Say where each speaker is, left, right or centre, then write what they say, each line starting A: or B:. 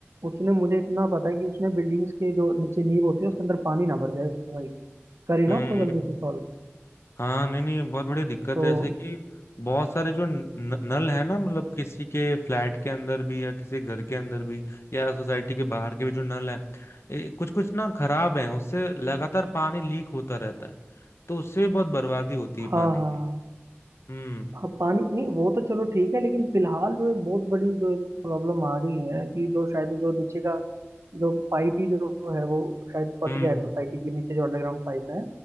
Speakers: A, on the right; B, on the left.
A: उसने मुझे इतना पता है कि उसने बिल्डिंग्स के जो नीचे नींव होती है उसके अंदर पानी ना भर जाए भाई करे
B: हम्म
A: ना उसको जल्दी से सॉल्व
B: हाँ नहीं नहीं बहुत बड़ी दिक्कत
A: तो
B: है जैसे कि बहुत सारे जो न, न- नल है ना मतलब किसी के फ्लैट के अंदर भी या किसी घर के अंदर भी या सोसाइटी के बाहर के भी जो नल है ए, कुछ कुछ ना खराब हैं उससे लगातार पानी लीक होता रहता है तो उससे भी बहुत बर्बादी होती है
A: हाँ
B: पानी
A: हाँ
B: की
A: हाँ।
B: हम्म
A: हाँ पानी नहीं वो तो चलो ठीक है लेकिन फिलहाल जो है बहुत बड़ी जो एक प्रॉब्लम आ गई है कि जो शायद जो नीचे का जो पाइप ही जो है वो शायद फट
B: हम्म
A: गया है सोसाइटी के नीचे जो अंडरग्राउंड पाइप है